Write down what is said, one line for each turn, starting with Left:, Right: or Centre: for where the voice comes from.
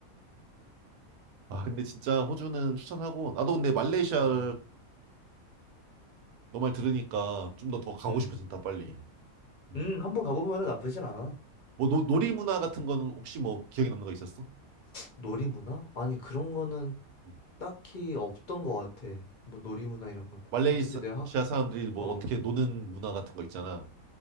Right: 아, 근데 진짜 호주는 추천하고, 나도 근데 말레이시아를
Left: 음,
Right: 너 말 들으니까 좀 더 더 가고
Left: 음,
Right: 싶어진다, 빨리. 음.
Left: 음, 한번 가보면은 나쁘진 않아.
Right: 뭐, 노, 놀이 문화 같은 거는 혹시 뭐 기억에 남는 거 있었어?
Left: 놀이문화? 아니, 그런 거는
Right: 음.
Left: 딱히 없던 것 같아. 뭐 놀이문화 이런 건.
Right: 말레이시아
Left: 어차피 내가 학,
Right: 사람들이 뭐
Left: 어,
Right: 어떻게 노는 문화 같은 거 있잖아.